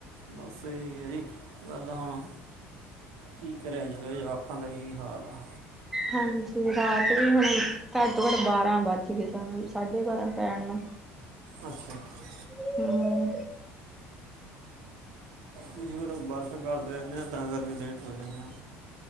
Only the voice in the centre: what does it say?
ਹਾਂਜੀ। ਰਾਤ ਵੀ ਹੁਣ ਘੱਟ ਤੋਂ ਘੱਟ ਬਾਰਾਂ ਵੱਜਗੇ। ਸਾਨੂੰ ਸਾਢੇ ਬਾਰਾਂ ਪੈਣ ਨੂੰ।
<inaudible>